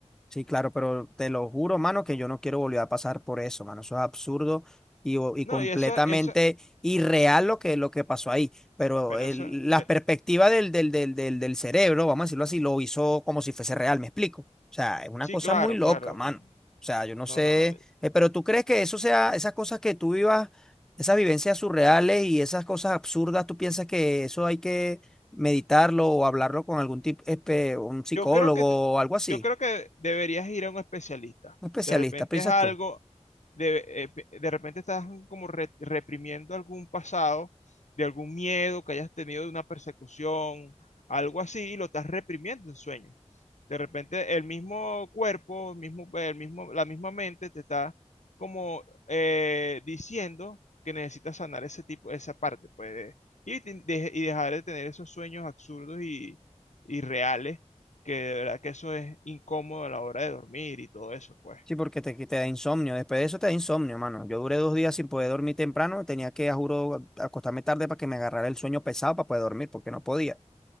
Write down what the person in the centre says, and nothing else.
Sí, claro, pero te lo juro, mano, que yo no quiero volver a pasar por eso, mano. Eso es absurdo y, o- y
completamente
irreal lo que, lo que pasó ahí. Pero
el-
la
perspectiva del, del, del, del, del cerebro, vamos a decirlo así, lo hizo como si fuese real, ¿me explico? O sea, es una
cosa
muy loca,
mano.
O sea, yo no
sé,
eh, pero ¿tú crees que eso sea, esas cosas que tú vivas, esas vivencias surreales y esas cosas absurdas, tú piensas que eso hay que meditarlo o hablarlo con algún tipo, un psicólogo
o algo así?
Un especialista,
piensas
tú.
Sí, porque te, te da insomnio. Después de eso te da insomnio, mano. Yo duré dos días sin poder dormir temprano. Tenía que, a juro, acostarme tarde para que me agarrara el sueño pesado para poder dormir, porque no podía.